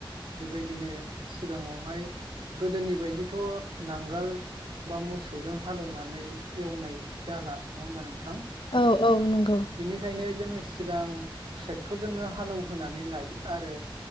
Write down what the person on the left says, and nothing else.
औ औ नंगौ।